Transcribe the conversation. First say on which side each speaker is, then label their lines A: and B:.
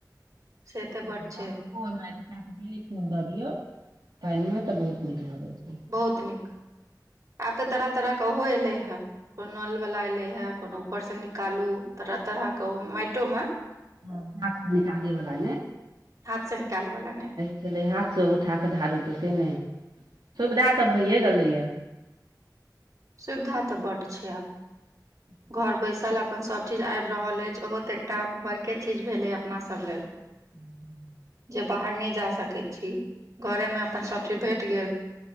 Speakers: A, on the right (about 50°); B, on the right (about 85°).
A: से तऽ बड
B: कोहि
A: छै
B: दऽ बेली फूल दऽ दियौ पानिमे तऽ बहुत नीक भऽ जाइ छै
A: बहुत नीक आब तऽ तरह तरह के ओहो एले हे को नलवला एलै हे कोनो ऊपरसँ निकालू तरह तरह के ओ माइटो मे
B: हँ, हाथ से निकाले वाला ने
A: हाथ से निकालै वला नहि
B: भेलै हाथसँ उठा कऽ ढ़ारू तऽ से नहि सुविधा तऽ भइए गेलैया
A: सुविधा तऽ बड्ड छै आब
B: <inaudible>
A: घर बैसल अपन सब चीज आइब रहल अइछ ओहो तऽ एकटा बड़के चीज भेले अपना सब लेल
B: <inaudible>
A: जे बाहर नहि जा सकैत छी घरेमे अपन सब चीज भेट गेल